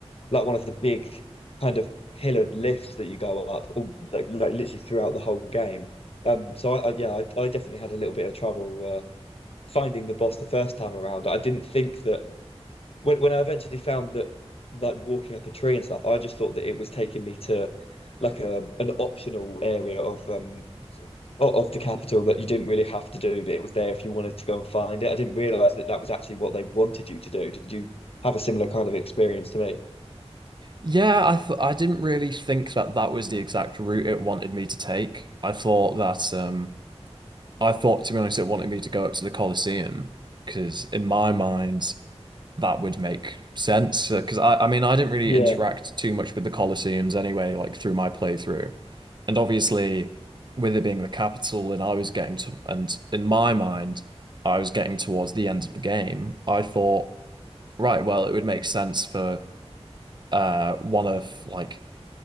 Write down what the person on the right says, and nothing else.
Yeah, I th I didn't really think that that was the exact route it wanted me to take. I thought that um I thought to be honest it wanted me to go up to the Colosseum because in my mind that would make sense because I, I mean I didn't really
interact too much with the Colosseums anyway like through my playthrough and obviously with it being the capital and I was getting to and in my mind I was getting towards the end of the game I thought right well it would make sense for uh one of like